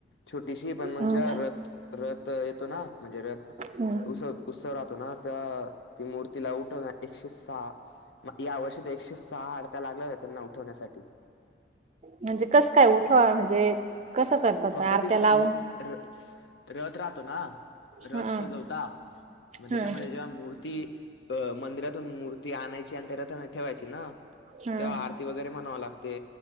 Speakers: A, on the left; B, on the right.
A: छोटीशी पण मग
B: हम्म
A: ज्या रथ-रथ त येतो ना म्हणजे रथ
B: हम्म
A: उसत उत्सव राहतो ना? त्या ती मूर्ती लाऊ ठेवून हाय एकशे सहा. मग या वर्षी एकशे सहा आडत्या लागल्या होत्या त्यांना उठवण्यासाठी.
B: म्हणजे कस काय उठवा म्हणजे कसं करतात
A: फक्त
B: आरत्या
A: ती
B: लावून
A: मो र रत राहतो ना? रथ
B: हम्म
A: सजवता मग त्याच्यामध्ये
B: हम्म
A: जेव्हा मूर्ती अ मंदिरातून मूर्ती आणायची आणि त्या रथामध्ये ठेवायची ना
B: हम्म
A: तेव्हा आर ती वैगरे म्हणाव लागते.